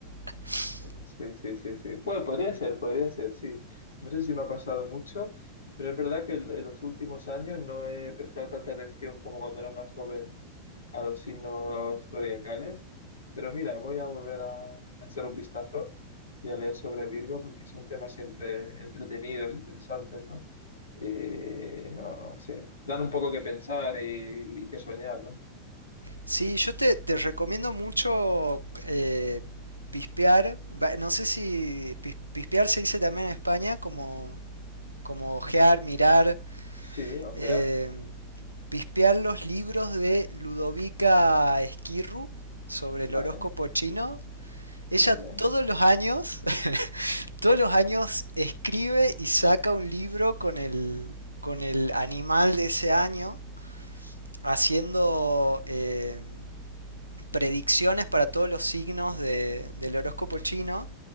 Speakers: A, on the right (about 85°); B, on the left (about 65°).
A: <laughs>
B: Sí, sí, sí, sí. Pues podría ser, podría ser, sí. No sé si me ha pasado mucho, pero es verdad que en en los últimos años no he prestado tanta atención como cuando era más joven a los signos zodiacales. Pero mira, voy a volver a, a echar un vistazo y a leer sobre Virgo porque son temas siempre entretenidos, interesantes, ¿no? Y no sé, dan un poco que pensar y, y que soñar, ¿no?
A: Sí, yo te, te recomiendo mucho eh, pispear, va, no sé si pis- pispear se dice también en España como, como ojear, mirar,
B: Sí, ojear.
A: Eh, pispear los libros de Ludovica Esquirru sobre
B: Vale,
A: el horóscopo chino. Ella
B: vale.
A: todos los años, <laughs> todos los años escribe y saca un libro con el, con el animal de ese año, haciendo eh, predicciones para todos los signos de- del horóscopo chino.